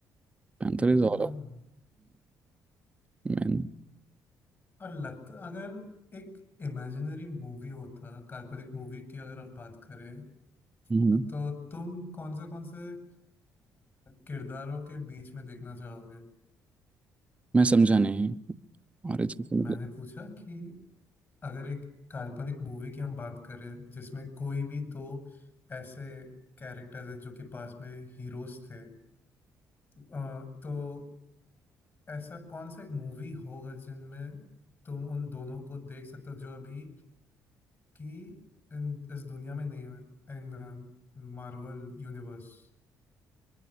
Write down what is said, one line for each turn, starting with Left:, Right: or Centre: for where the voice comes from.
Right: Panther
Left: हम्म
Right: is all man
Left: और लगता अगर एक इमेजिनरी मूवी होता काल्पनिक मूवी की अगर आप बात करें
Right: हम्म,
Left: तो तुम कौन से कौन से अ, किरदारों के बीच में देखना चाहोगे
Right: मैं समझा नहीं ऑरिजिन का मतलब
Left: मैंने पूछा कि अगर एक काल्पनिक मूवी की हम बात करें जिसमें कोई भी दो ऐसे कैरेक्टर्स हैं जो कि पास में हीरोज थे अ, तो ऐसा कौन सा एक मूवी होगा जिनमें तुम उन दोनों को देख सकते हो जो अभी की इन, इस दुनिया में नहीं है इन मार्वल यूनिवर्स